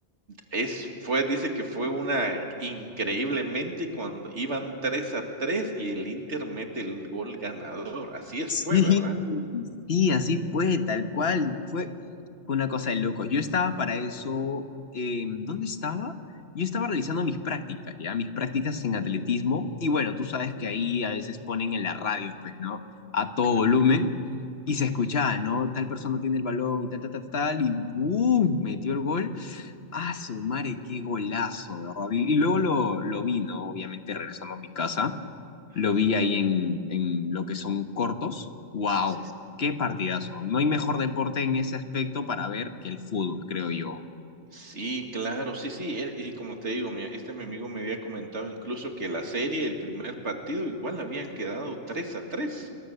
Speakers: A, on the right; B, on the left.
A: Es fue dice que fue una increíblemente cuando iban 3 a 3 y el Inter mete el gol ganador. Así es
B: Sí,
A: fue, ¿verdad?
B: sí, así fue, tal cual, fue, fue una cosa de locos. Yo estaba para eso, eh, ¿dónde estaba? Yo estaba realizando mis prácticas, ya, mis prácticas en atletismo, y bueno, tú sabes que ahí a veces ponen en la radio, pues, ¿no? A todo
A: Claro,
B: volumen, y
A: sí.
B: se escuchaba, ¿no? Tal persona tiene el balón y tal, tal, tal, tal, y ¡boom! Metió el gol. ¡Ah, su madre, qué golazo, de ¿verdad? Y, y luego lo, lo vi, ¿no? Obviamente regresando a mi casa
A: Ajá.
B: lo vi ahí en, en lo que son cortos. ¡Wow!
A: Sí.
B: ¡Qué partidazo! No hay mejor deporte en ese aspecto para ver que el fútbol, creo yo.
A: Sí, claro, sí, sí, eh, y como te digo, mi este mi amigo me había comentado incluso que la serie, el primer partido, igual habían quedado tres a tres,